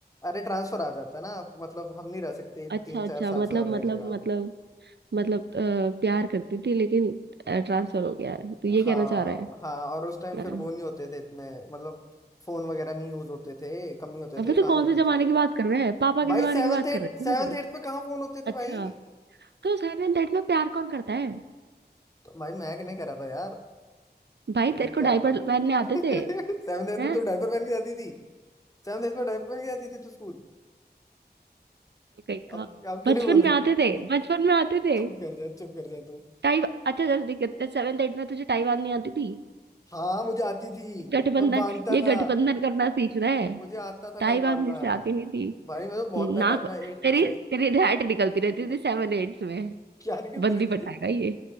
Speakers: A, on the left (about 20°); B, on the right (about 80°).
A: अरे ट्रांसफर आ जाता है ना मतलब हम नहीं रह सकते
B: अच्छा
A: तीन चार
B: अच्छा
A: साल
B: मतलब
A: से ज्यादा
B: मतलब
A: एक जगह
B: मतलब मतलब अ, प्यार करती थी लेकिन ट्रांसफर हो गया है तो ये
A: हाँ
B: कहना चाह रहा है
A: हाँ और उस टाइम
B: अ,
A: फिर वो नहीं होते थे इतने मतलब फोन वगैरह नहीं यूज होते थे कम ही होते
B: अबे
A: थे
B: तो
A: कहाँ
B: कौन
A: ही होते
B: से जमाने
A: थे
B: की बात कर रहे हैं पापा के
A: भाई
B: जमाने
A: सेवन्थ
B: की बात
A: एट
B: कर रहे हैं
A: सेवन्थ
B: समझ गई
A: एट में कहाँ फोन होते थे
B: अच्छा
A: भाई
B: तो साइलेंट डेट में प्यार कौन करता है
A: तो भाई मैं नहीं करा था यार।
B: भाई
A: तुझे
B: तेरे
A: क्या
B: को डायपर
A: बताओ
B: पहनने आते
A: <laughs>
B: थे
A: सेवन एथ
B: हैं
A: में तो डायपर पहन के जाती थी सेवन एथ में डायपर पहन के जाती थी तू स्कूल
B: कहीं
A: अब
B: का
A: अब क्यों
B: बचपन
A: नहीं बोल
B: में
A: रही
B: आते
A: <laughs>
B: थे बचपन में आते थे
A: चुप कर जा चुप कर जा तू
B: टाइप अच्छा जल्दी करते सेवेंथ एट में तुझे ताइवान नहीं आती थी
A: हाँ मुझे आती थी
B: गठबंधन
A: मैं बांधता
B: ये
A: था
B: गठबंधन करना सीख रहा है
A: मुझे आता था
B: ताइवान
A: टाई बांधना
B: से आती नहीं थी
A: भाई मैं तो बहुत पहले
B: ना
A: मैं एट
B: तेरी
A: से
B: तेरी रैट निकलती
A: <laughs>
B: रहती थी सेवन एट में
A: क्या निकलती
B: बंदी
A: रहती
B: पटाएगा
A: थी
B: ये